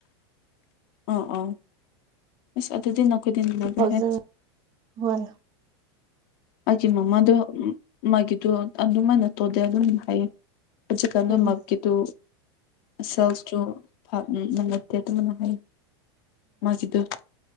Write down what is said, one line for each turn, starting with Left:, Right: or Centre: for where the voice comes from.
Left: ꯑ ꯑꯣ ꯑꯗꯨꯗꯤꯤꯟꯈꯣꯏꯗꯤꯤꯟ ꯂꯔ
Right: ꯇꯨ ꯊꯥꯎꯖꯟ
Left: ꯍꯥꯏꯦ
Right: ꯍꯣꯏ
Left: ꯑꯩꯒꯤ ꯃꯃꯥꯗꯣ ꯃꯥꯒꯤꯗꯣ ꯑꯗꯨꯃꯥꯏꯅ ꯇꯧꯗꯦ ꯑꯗꯨꯝ ꯍꯥꯏꯌꯦ ꯍꯧꯖꯤ ꯀꯅ
Right: ꯎꯝ
Left: ꯃꯒꯗꯨ ꯁꯦꯜꯁꯇꯨ ꯅ ꯅꯠꯇꯦ ꯑꯗꯨꯃꯅ ꯍꯥꯏ ꯃꯥꯁꯤꯤꯗ